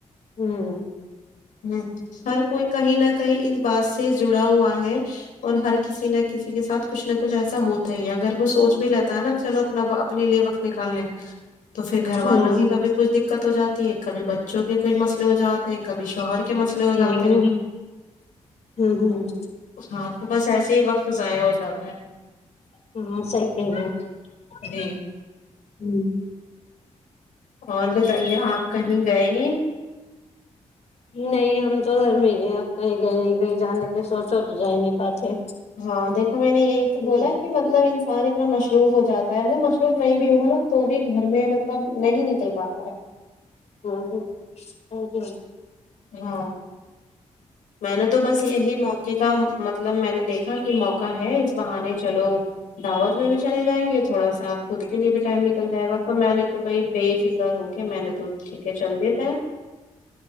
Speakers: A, on the left; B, on the left.
A: ہمم
B: ہمم ہر کوئی کہیی نہ کہیی اس بات سے جڑا ہوا ہے اور ہر کسی نہ کسی کے ساتھ کچھ نہ کچھ ایسا ہوتا ہی ہے اگر وہ سوچ بھی لیتا ہے نا چلو اپنا اپنے لیے وقت نکال لیں تو پھر گھر والوں
A: ہوں
B: کی کبھی کچھ دک دقعت ہو جاتی ہے کبھی بچوں کے کوئی مسلے ہو جاتے ہیں کبھی شہر کے مسئلے ہو جاتے
A: ہوں
B: ہیں
A: ہوں ہوں
B: ہاں تو بس ایسے ہی وقت ضائع ہو جاتا ہے
A: ہمم صحیح کہہ رہی ہو اپ
B: جی
A: ہمم
B: اور بتائیے آپ کہیں گئے نہیں
A: نہیں ہم تو گھر میں ہی ہیں اب کہیں گئے نہیں کہیں جانے کی سوچو تو جا نہیں پاتے
B: ہاں دیکھو میں نے یہی تو
A: ہوں
B: بولا کہ مطلب انسان اتنا مشروف ہو جاتا ہے وہ مشروف نہیں بھی ہوگا نا تو بھی گھر میں مطلب نہیں نکل پاتا ہے
A: <inaudible>
B: ہممم میں نے تو بس یہی موقع کا مطلب میں نے دیکھا کہ موقع ہے اس بہانے چلو دعوت میں بھی چلے جائیں گے تھوڑا سا خود کے لیے بھی ٹائم نکل جائے گا تو میں نے تو تو بائی بے فکر ہو کے میں نے تو ٹھیک ہے چل دیتے ہیں